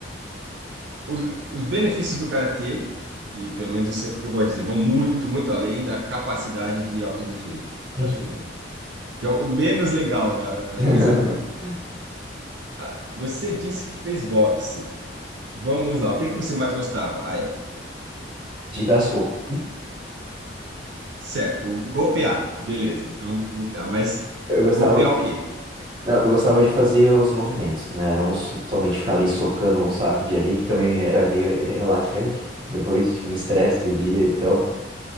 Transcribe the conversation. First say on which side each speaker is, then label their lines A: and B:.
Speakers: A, on the right; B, on the right.
A: os, os benefícios do Karatê, e pelo menos isso é o que eu gosto de dizer, vão muito, muito além da capacidade de autodefesa, que
B: Uhum.
A: eu acho que, que é o menos legal da, da
B: <laughs>
A: coisa toda. Ah, Você disse que fez boxe. Vamos lá, o que que você mais gostava? Ah,
B: De dar soco.
A: Certo, o golpear, beleza. Então, golpear, mas
B: Eu gostava,
A: golpear o quê?
B: não, eu gostava de fazer os movimentos, né? Não so- somente ficar ali socando o saco de areia, que também era meio relaxante depois de um estresse do dia, então.